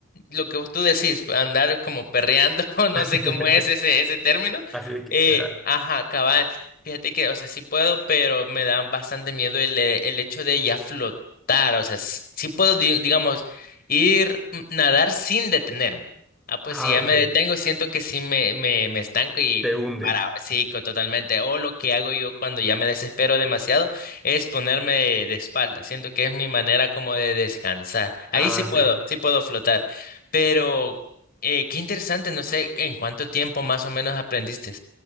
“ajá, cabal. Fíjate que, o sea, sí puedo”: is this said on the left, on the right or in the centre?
Left